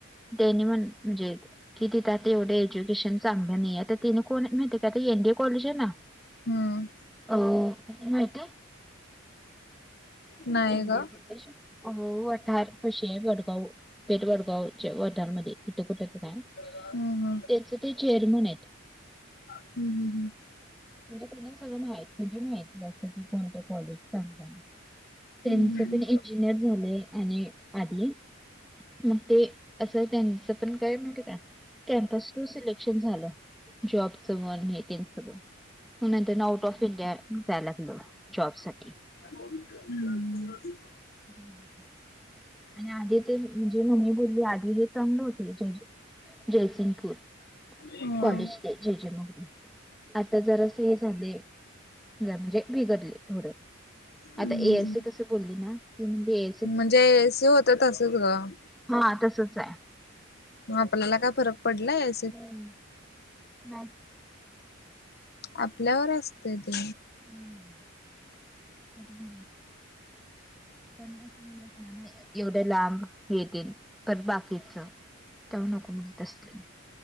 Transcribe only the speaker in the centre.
तेनी म्हणं म्हणजे कि तिथं आंता तेवढे एज्युकेशन चांगलं नाहीं आंता तिने कोणं आहे माहिती कायं आंता एनडीए कॉलेज आहे नां
अं माहिती आहे कां
एडीये
काॅलेज वठांर पाशी आहे वडगांव पेठवडगांवच्यां वठांरमध्यें इथं कुंठे तरं आहे.
त्यांचं ते चेअरमंन आहेतं.
म्हणजे सगळं माहीत तुझी माहिती असतं की कोणतं कॉलेज सांगताय त्यांचं
पणं इंजिनियर झालंय आणि आंधी मंग ते असं त्यांच पणं कायं माहिती कां कॅमपस टूं सिलेक्शन झालं जॉबच मनं नाहीं हे तीलं संग मंग नंतर आंउट ऑफ इंडिया जांय लागलं जॉब सांठी
हम्मं आणि आंधी ते म्हणजे मम्मी बोलली आंधी हेचं आणले होते जे जयसिंगपूंर
कॉलेज ते जे जे मंग आंता जरां असं हे झाले आहे म्हणजे बिघडले थोडं आंता
ऐ
एसं सी कसं बोलली नां तीनडे यांत
हां तसंच आहे
हम्मं मं
हम्मं हं पन्नास मिलं असणारं एवढे लांब हेतील तरं बाकीच तेंव्हा नको मिळतं असं